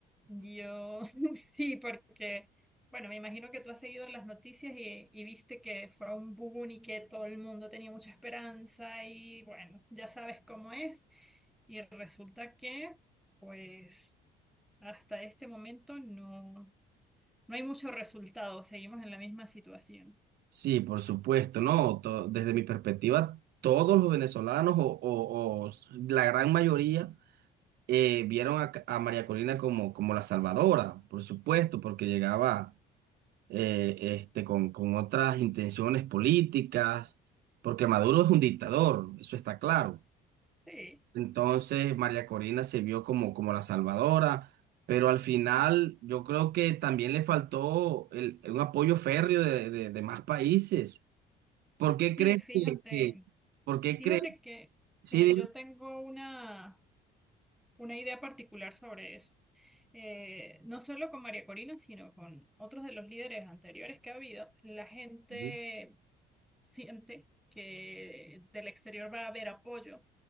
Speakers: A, in the centre; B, on the right (about 70°).
A: Yo <laughs> sí, porque, bueno, me imagino que tú has seguido las noticias y, y viste que fue un boom y que todo el mundo tenía mucha esperanza y bueno, ya sabes cómo es. Y resulta que, pues, hasta este momento no, no hay mucho resultado, seguimos en la misma situación.
B: Sí, por supuesto, no, to- desde mi perspectiva, todos los venezolanos o, o- o s- la gran mayoría eh, vieron a, Ca- a María Corina como, como la salvadora, por supuesto, porque llegaba eh, este, con, con otras intenciones políticas, porque Maduro es un dictador, eso está claro.
A: Sí.
B: Entonces María Corina se vio como, como la salvadora, pero al final yo creo que también le faltó el, un apoyo férreo de, de, de más países. ¿Por qué
A: Sí,
B: crees
A: fíjate.
B: que, que- por qué
A: Fíjate
B: crees?
A: que,
B: Sí,
A: que
B: dime.
A: yo tengo una, una idea particular sobre eso. Eh, no solo con María Corina, sino con otros de los líderes anteriores que ha habido, la gente
B: Sí,
A: siente que del exterior va a haber apoyo.